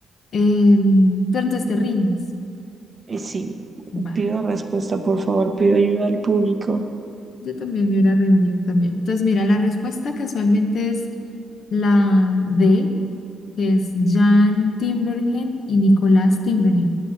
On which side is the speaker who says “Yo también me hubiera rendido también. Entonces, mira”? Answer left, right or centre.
Left